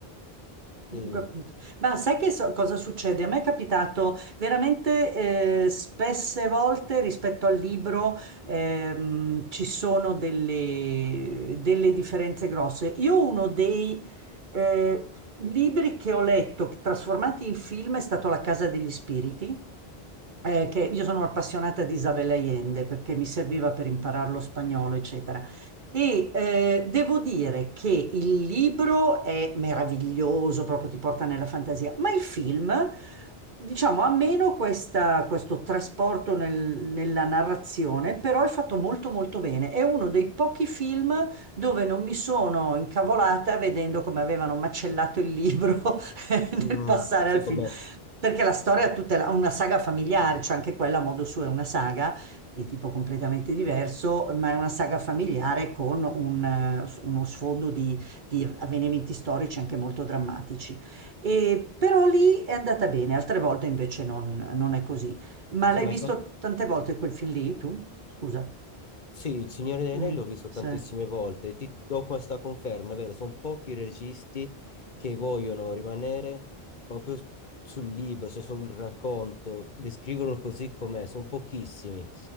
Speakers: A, on the left (about 50°); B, on the right (about 50°).
A: E,
B: Ho capito. Ma sai che so- cosa succede? A me è capitato veramente eh, spesse volte rispetto al libro ehm, ci sono delle, delle differenze grosse. Io uno dei eh, libri che ho letto trasformati in film è stato La Casa degli Spiriti eh, che io sono appassionata di Isabel Allende perché mi serviva per imparare lo spagnolo, eccetera. E eh, devo dire che il libro è meraviglioso, proprio ti porta nella fantasia, ma il film, diciamo, ha meno questa- questo trasporto nel- nella narrazione, però è fatto molto molto bene. È uno dei pochi film dove non mi sono incavolata vedendo come avevano macellato il libro <laughs>
A: mm,
B: nel passare
A: sì,
B: al
A: come,
B: film perché la storia è tutta la- una saga familiare, cioè anche quella a modo suo è una saga di tipo completamente diverso, ma è una saga familiare con un, eh, s- uno sfondo di, di avvenimenti storici anche molto drammatici. E, però lì è andata bene, altre volte invece non, non è così. Ma
A: sì,
B: l'hai
A: ma
B: visto
A: infa-
B: tante volte quel film lì, tu? Scusa.
A: Sì, il Signore degli
B: Mm,
A: Anelli l'ho visto
B: sì.
A: tantissime volte, ti do questa conferma, è vero, sono pochi i registi che vogliono rimanere proprio s- sul libro, se sul racconto, descriverlo così com'è, sono pochissimi.